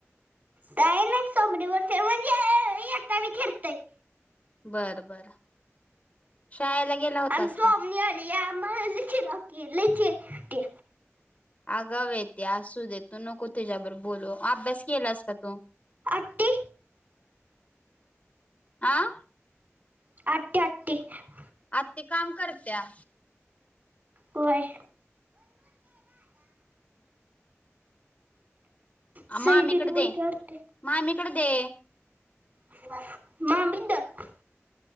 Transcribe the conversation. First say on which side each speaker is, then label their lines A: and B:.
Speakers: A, on the right (about 40°); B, on the left (about 30°).
A: काय नाही सोमडीवर म्हणजे एका मी <inaudible>
B: बरं बरं. शाळेला गेला
A: आणि सोमनी
B: का
A: आल्या मगं हेनी चिडतील लई चिडवतील.
B: अगाव हाय त्या असू दे तू नको तिच्याबर बोलू, अभ्यास केलास का तू?
A: आती.
B: <unintelligible>
A: <inaudible> <inaudible>
B: आते काम करत्या.
A: व्हय. सई
B: मामीकडे
A: दीदी बोलते
B: दे
A: वाटतं.
B: मामीकडे दे
A: <inaudible>